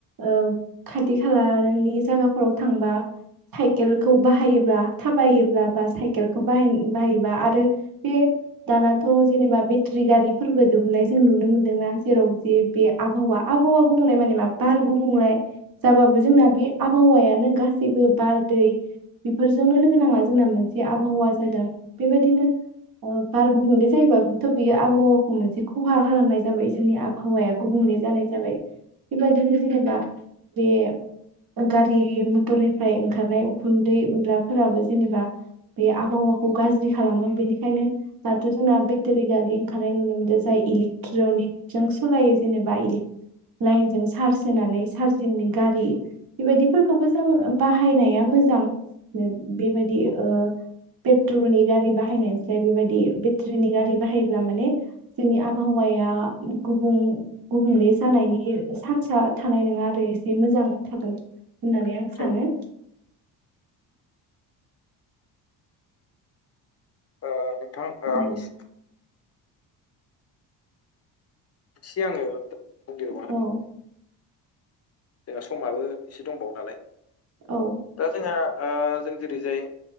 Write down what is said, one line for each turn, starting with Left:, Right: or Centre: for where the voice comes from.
Right: ओ खाथि खालानि जायगाफोराव थांबा साइकेलखौ बाहायोब्ला थाबायोब्ला बा साइकेलखौ बाहा बाहायोबा आरो बे दानाथ' जेनेबा बि ट्रि गारिफोरबो दिहुननाय जों नुनो मोन्दोंना जेराव जे बे आबहावा आबहावा गुबुंलाय माने मा बार गुबुंले जाबाबो जोंना बे आबहावायानो गासैबो बार दै बेफोरजोंनो लोगो नांना जोंना मोनसे आबहावा जादों। बेबायदिनो ओ बार गुबुंले जायोबाबोथ' बेयो आबहावाखौ मोनसे खहा खालामनाय जाबाय जोंनि आ आबहावाया गुबुंले जानाय जाबाय बेबादिनो जेनेबा बे ओ गारि मथरनिफ्राय ओंखारनाय उखुन्दै उनलाफोराबो जेनेबा बे आबहावाखौ गाज्रि खालामो। बेनिखायनो दाथ' जोंना बेटेरि गारि ओंखारनाय नुनो मोन्दों जाय इलेकट्रनिक जों सालायो जेनेबा इलिक लाइनजों चार्ज होनानै चारजिंनि गारि बेबायदिफोरखौबो जों बाहायनाया मोजां। बेबायदि ओ पेट्रलनि गारि बाहायनायसाय बेबायदि बेटरिनि गारि बाहायोब्ला माने जोंनि आबहावाया गुबुं गुबुंले जानायनि सान्स थानाय नङा आरो। एसे मोजां थागोन होननानै आं
Left: औ
Right: सानो।
Left: औ ओ नोंथां ओ
Right: औ
Left: आंनि सि आङो बुंदिरबावना
Right: औ
Left: होनि। जोंहा समाबो एसे दंबावो नालाय।
Right: औ
Left: दा जोंहा ओ जों जेरैजाय